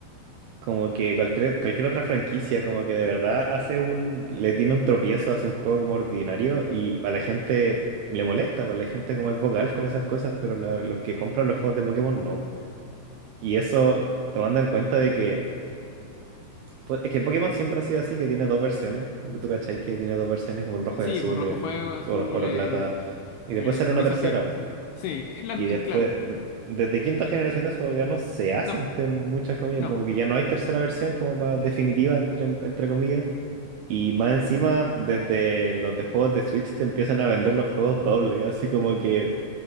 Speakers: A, on the right; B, on the left.
A: Como que cualquier, cualquier otra franquicia, como que de verdad hace un, le tiene un tropiezo, hace un juego como ordinario y a la gente le molesta, pues la gente como es vocal con esas cosas, pero la- los que compran los juegos de Pokémon no. Y eso tomando en cuenta de que, pues, es que Pokémon siempre ha sido así, que tiene dos versiones, como que tú cachai que tiene dos versiones, como el rojo
B: Sí,
A: y azul,
B: pues rojo
A: el
B: fuego, azul,
A: oro, oro
B: eh,
A: plata, y
B: eh,
A: después sale
B: Ruiz
A: una tercera,
B: Zafiro, sí. Sí, y la-
A: y después,
B: eh, claro.
A: mm, desde quinta generación eso ya no se hace
B: No, po,
A: entre muchas comillas,
B: no,
A: como
B: po.
A: que ya no hay tercera versión como para definitiva entre, entre comillas. Y más encima, desde los de juegos de Switch te empiezan a vender los juegos dobles, así como que,